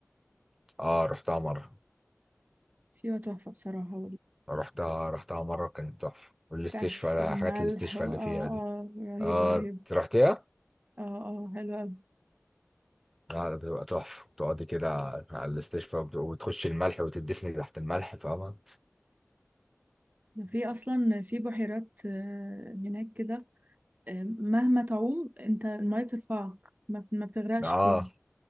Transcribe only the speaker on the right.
سيوة تحفة بصراحة
والكهف الملح
و-
اه
اه رهيبة
رهيبة
اه اه حلوة أوي
في أصلا في بحيرات آه، هناك كده آه، مهما تعوم انت المية بترفعك ما ما بتغرقش
فيها